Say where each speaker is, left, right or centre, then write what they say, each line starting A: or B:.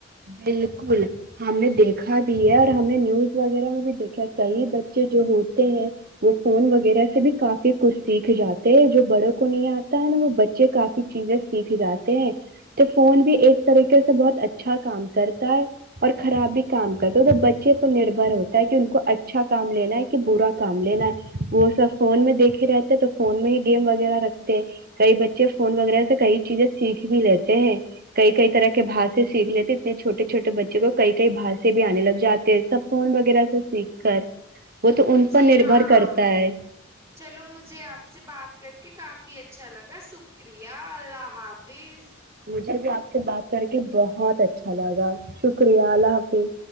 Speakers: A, on the right; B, on the right.
A: بالکل ہم نے دیکھا بھی ہے اور ہم نے نیوز وغیرہ میں بھی دیکھا کئی بچے جو ہوتے ہیں وہ فون وغیرہ سے بھی کافی کچھ سیکھ جاتے ہیں جو بڑوں کو نہیں آتا ہے نا وہ بچے کافی چیزیں سیکھ جاتے ہیں تو فون بھی ایک طریقے سے بہت اچ اچھا کام کرتا ہے اور خراب بھی کام کرتا ہے تو بچے پر نربر ہوتا ہے کہ ان کو اچھا کام لینا ہے کہ برا کام لینا ہے وہ سب فون میں دیکھے رہتے ہیں تو فون میں ہی گیم وغیرہ رکھتے ہیں کئی بچے فون وغیرہ سے کئی چیزیں سیکھ بھی لیتے ہیں کئی کئی طرح کے با سیکھ لیتے اتنے چوٹے چھوے بچے کو کئی ک باہر سے بھی آنے لگ جاتے ہیں سب کون ویرہ سے سیک کر وہ تو ان
B: جی
A: پر نربھر
B: ہاں
A: کرتا ہے
B: چلو مجھے آپ سے بات کر کافی اچھا لگا شکریہ اللہ حافظ
A: مجھے بھی آپ آ سے بات کر کے بہت اچھا لگا شکریہ اللہ حافظ